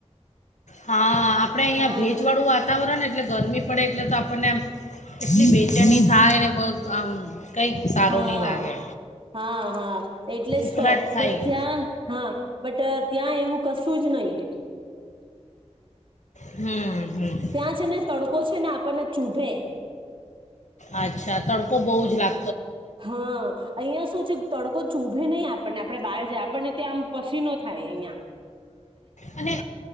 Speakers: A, on the left; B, on the right.
A: હા આપડે અહિયાં
B: હા
A: ભેજ વાળું વાતાવરણ એટલે ગરમી પડે એટલે તો આપણને આમ કેટલી બેચેની થાય. <inaudible> કંઈક સારું
B: હા-હા-હા
A: નહીં લાગે
B: એટલે જ
A: ઉકળાટ
B: તો
A: થાય
B: બટ ત્યાં હા બટ ત્યાં એવું કશું જ નહીં.
A: હમ્મ-હમ્મ
B: ત્યાં છે ને તડકો છે ને આપણને ચૂભે
A: અચ્છા તડકો બહું જ લાગ
B: હા અહિંયાં શું છે તડકો ચૂભે નહીં આપ પણને આપણે બહાર આપણને ત્યાં આમ પસીનો જ થાય અહીંયા.
A: અને